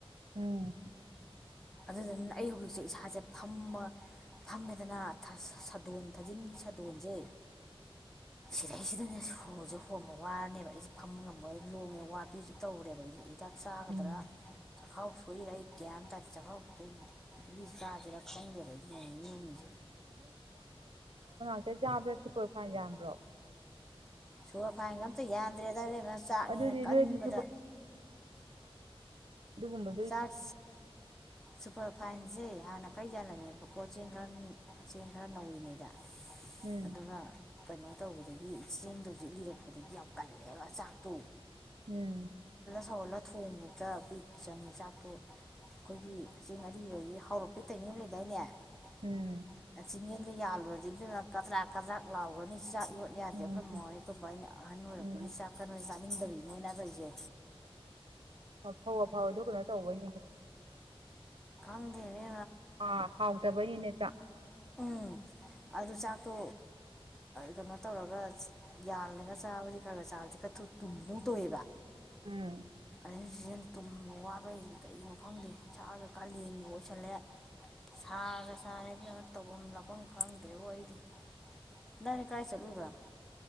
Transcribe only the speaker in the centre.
ꯑꯗꯨꯗꯅ ꯑꯩ ꯍꯧꯖꯤꯛꯁꯦ ꯏꯁꯥꯁꯦ ꯐꯝꯃ ꯐꯝꯃꯦꯗꯅ ꯁꯥꯗꯣꯟ ꯊꯥꯖꯤꯟꯒꯤ ꯁꯥꯗꯣꯟꯁꯦ
ꯁꯤꯔꯩꯁꯤꯗꯅꯦ ꯁꯣꯔꯁꯨꯦ ꯍꯣꯡꯕ ꯋꯥꯔꯅꯦꯕ ꯑꯩꯁꯦ ꯐꯝꯕ ꯉꯝꯕ ꯂꯣꯡꯉꯦ ꯋꯥ ꯄꯤ ꯍꯧꯖꯤꯛ ꯇꯧꯔꯨꯔꯦꯕ ꯍꯤꯗꯥꯛ ꯆꯥꯒꯗ꯭ꯔꯥ
ꯆꯈꯥꯎ ꯁꯨꯏꯔ ꯑꯩ ꯒ꯭ꯌꯥꯟ ꯇꯥꯗ ꯆꯈꯥꯎ ꯐꯨꯏ ꯄꯂꯤꯁ ꯆꯥꯖꯔꯄꯪꯒꯕꯅꯤꯁ
ꯁꯣꯔ ꯐꯥꯏꯒ ꯑꯝꯇ ꯌꯥꯟꯗ꯭ꯔꯦꯗꯔ ꯉ ꯆꯥꯛꯅꯤꯅ
ꯀꯟꯕꯗ
ꯆꯥꯛ ꯁꯨꯄꯔ ꯐꯥꯏꯟꯁꯦ ꯍꯥꯟꯅ ꯀꯔꯤ ꯌꯥꯜꯂꯝꯃꯦꯕ ꯀꯣꯆ ꯆꯦꯡ ꯈꯔ ꯆꯦꯡ ꯈꯔ ꯅꯧꯔꯤꯉꯩꯗ
ꯑꯗꯨꯒ ꯀꯩꯅꯣ ꯇꯧꯕꯗꯒꯤ ꯆꯦꯡꯗꯣ ꯍꯧꯖꯤꯛ ꯂꯤꯔꯛꯄꯗꯒꯤ ꯌꯥꯝ ꯀꯜꯂꯦꯕ ꯆꯥꯛꯇꯣ
ꯊꯧꯍꯜꯂ ꯊꯣꯡꯕꯗ ꯀꯨꯏ ꯆꯪꯉꯦ ꯆꯥꯛꯇꯨ ꯑꯩꯈꯣꯏꯒꯤ ꯏꯦꯡ ꯑꯔꯤꯕꯒꯤ ꯍꯧꯥꯎꯔꯛꯄꯩ ꯇꯧꯩꯅꯣ ꯂꯩꯗꯥꯏꯅꯦꯤꯡ
ꯌꯦ ꯌꯥꯜꯂꯨꯔꯗꯤ ꯀꯗ꯭ꯔꯥꯛ ꯀꯗ꯭ꯔꯥꯛ ꯂꯥꯎꯒꯅꯤ ꯆꯥꯛ ꯌꯣꯠ ꯌꯥꯗꯦ
ꯑꯩꯈꯣꯏ ꯃꯃꯣꯏ ꯑꯩꯈꯣꯏꯕꯨꯕꯥ ꯑꯩꯅ ꯑꯍꯟ ꯑꯣꯏꯔꯛꯄꯒꯤ
ꯆꯥꯛ ꯀꯩꯅꯣ ꯆꯥꯅꯤꯡꯗꯕꯤ ꯃꯣꯏꯅꯗꯣꯏꯁꯦ
ꯀꯪꯗꯅꯦ
ꯎꯝ ꯑꯗꯨ ꯆꯥꯛꯇꯣ ꯀꯩꯅꯣ ꯇꯧꯔꯒ ꯌꯥꯜꯂꯒ ꯆꯥꯕꯗꯤ ꯈꯔ ꯈꯔ ꯆꯥꯕꯗꯤ ꯈꯔ ꯊꯨ ꯇꯨꯝꯗꯧ ꯇꯣꯏꯑꯦꯕ
ꯑꯩ ꯍꯧꯛ ꯇꯨꯝꯕ ꯋꯥꯕꯩꯁꯤ ꯀꯩꯅꯣ ꯈꯪꯗꯦ ꯁꯥꯥꯒ ꯀꯥꯂꯦꯟꯒꯤ ꯑꯣꯏꯁꯜꯂꯦ ꯁꯥꯔꯦ ꯁꯔꯦ ꯅ ꯇꯧꯐꯝ ꯂꯥꯛꯐꯝ ꯈꯪꯗ꯭ꯔꯦꯕꯣ ꯑꯩꯗꯤ ꯅꯪ ꯀꯥꯏ ꯆꯠꯂꯨꯗꯅꯣ